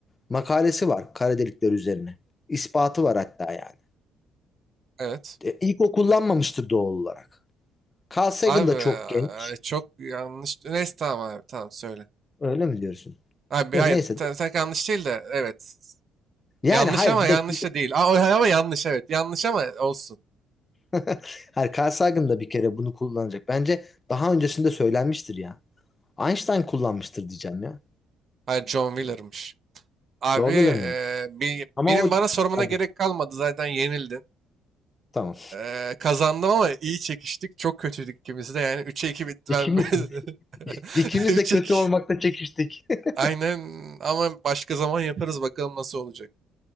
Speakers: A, on the left (about 20°); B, on the right (about 40°).
A: Makalesi var kara delikler üzerine. İspatı var hatta yani.
B: Evet.
A: E, ilk o kullanmamıştır doğal olarak. Carl Sagan
B: Abi
A: da çok genç.
B: e, çok yanlış. Neyse tamam abi tamam söyle.
A: Öyle mi diyorsun?
B: Abi
A: Ya
B: hayır
A: Neyse.
B: ta- tak yanlış değil de evet.
A: Yani
B: Yanlış
A: hayır
B: ama
A: bir
B: yanlış
A: de şimdi
B: da değil. Aa, o- ama yanlış evet. Yanlış ama olsun.
A: <laughs> Her Carl Sagan da bir kere bunu kullanacak. Bence daha öncesinde söylenmiştir ya. Einstein kullanmıştır diyeceğim ya.
B: Hayır John Wheeler'mış. Abi
A: Joe
B: eee,
A: Wheeler miydi?
B: bi-
A: Ama
B: benim
A: o...
B: bana sormana
A: Hadi
B: gerek kalmadı zaten yenildin.
A: tamam.
B: Eee, kazandım ama iyi çekiştik. Çok kötüydük ikimiz de yani 3'e 2 bitti
A: İkimiz,
B: ben.
A: <laughs>
B: <laughs>
A: ikimiz
B: 3'e
A: de kötü
B: 2.
A: olmakta çekiştik. <laughs>
B: Aynen ama başka zaman yaparız bakalım nasıl olacak.